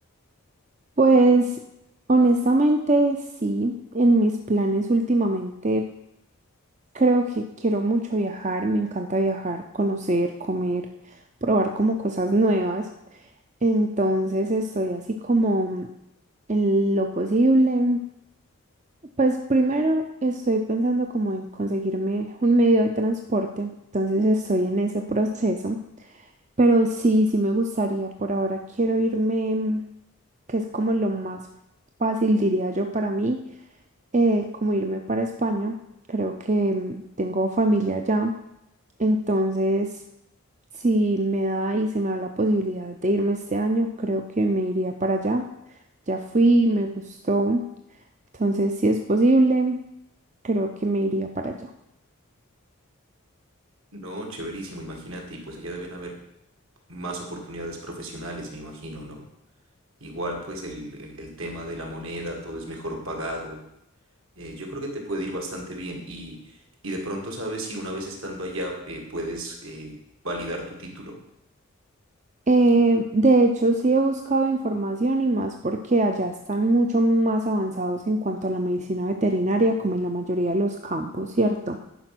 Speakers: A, on the right; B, on the right.
A: Pues honestamente sí, en mis planes últimamente creo que quiero mucho viajar, me encanta viajar, conocer, comer, probar como cosas nuevas. Entonces estoy así como en lo posible. Pues primero estoy pensando como en conseguirme un medio de transporte, entonces estoy en ese proceso. Pero sí, sí me gustaría. Por ahora quiero irme, mm, que es como lo más fácil, diría yo, para mí, eh, como irme para España. Creo que mm, tengo familia allá. Entonces, si me da y se me da la posibilidad de irme este año, creo que me iría para allá. Ya fui, me gustó. Entonces, si es posible, creo que me iría para allá.
B: No, chéverísimo, imagínate, y pues allá deben haber más oportunidades profesionales, me imagino, ¿no? Igual pues el, el- el tema de la moneda, todo es mejor pagado. Eh, yo creo que te puede ir bastante bien y, y de pronto sabes si una vez estando allá eh, puedes eh, validar tu título.
A: Eh, de hecho, sí he buscado información y más porque allá están mucho más avanzados en cuanto a la medicina veterinaria, como en la mayoría de los campos, ¿cierto?